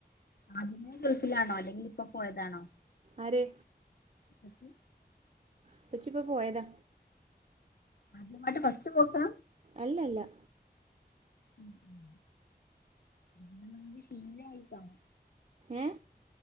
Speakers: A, on the left (about 65°); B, on the right (about 45°).
A: ആദ്യമേ ഗൾഫിലാണോ അല്ലെങ്കിലിപ്പൊ പോയതാണോ
B: ആര്
A: ഇപ്പച്ചി
B: ഉപ്പച്ചിപ്പോ പോയതാ
A: ആദ്യമായിട്ട് ഫസ്റ്റ് പോക്കാ
B: അല്ലല്ല
A: ഉം ഉം പിന്നെ ങ്ങക്ക് ശീലായി കാണും
B: ഏ